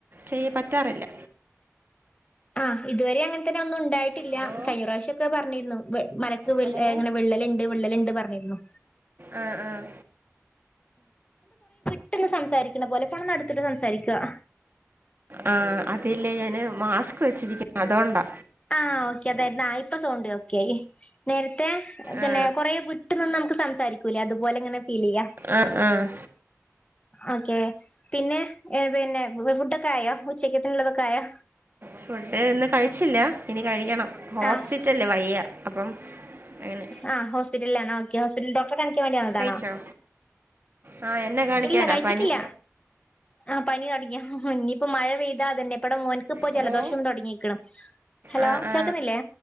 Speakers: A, on the right; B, on the left.
A: ചെയ്യ പറ്റാറില്ല.
B: ആഹ് ഇതുവരെ അങ്ങൻതന്നെ ഒന്നു ഇണ്ടായിട്ടില്ല.
A: ഹലോ
B: കഴിഞ്ഞ പ്രാവശ്യൊക്കെ പറഞ്ഞിരുന്നു മല ത്തുവിൾ
A: ഹലോ
B: എങ്ങനെ വിള്ളല്ണ്ട് വിള്ളല്ണ്ട് പറഞ്ഞിരുന്നു.
A: ആഹ് ആഹ്.
B: ത്ത്ന്ന് സംസാരിക്കണ പോലെ. ഫോണൊന്ന് അട്ത്തിട്ട് സംസാരിക്ക്വാ.
A: ആ അതില്ലേ ഞാന് മാസ്ക് വെച്ചിരിക്കുന്നു. അതുകൊണ്ടാ.
B: ആഹ് ഓക്കെ അതായിര്ന്നൊ. ആഹ് ഇപ്പ സൗണ്ട് ഓക്കെ ആയി. നേരത്തെ പിന്നെ
A: ആ
B: കൊറേ വിട് ട്ട് നിന്ന് നമുക്ക് സംസാരിക്കൂലേ? അത്പോലെ ഇങ്ങനെ ഫീല് ചെയ്യാ.
A: ആഹ് ആഹ്.
B: ഓക്കെ. പിന്നെ, ഏഹ് പിന്നെ ഫുഡ്ഡൊക്കെ ആയോ? ഉച്ചക്കേത്തുള്ളതൊക്കെ ആയോ?
A: ഫുഡ്ഡ് ഇന്ന് കഴിച്ചില്ല. ഇനി കഴിക്കണം. ഹോസ്റ്റിച്ചല്ലെ
B: ആഹ്
A: വയ്യ. അപ്പം അങ്ങനെ
B: ആ ഹോസ്പിറ്റലിലാണ്‌ ഓക്കെ. ഹോസ്പിറ്റലിൽ ഡോക്ടർ കാണിച് ച്ച് കഴിഞ്ഞ് വന്നതാണോ?
A: കഴിച്ചോ ആ എന്നെ കാണിക്കാനാ
B: ഇല്ല കഴിച്ചിട്ടില്ല.
A: പനി
B: ആഹ് പനി തൊടങ്ങിയോ? ഇനിയിപ്പോ മഴ പെയ്താ അതന്നെ ഇപ്പടെ മോൻ ക്കിപ്പോ
A: ഹലോ
B: ജലദോഷം തൊടങ്ങീക്കുണു. ഹലോ
A: ആ ആ
B: കേൾക്കുന്നില്ലേ?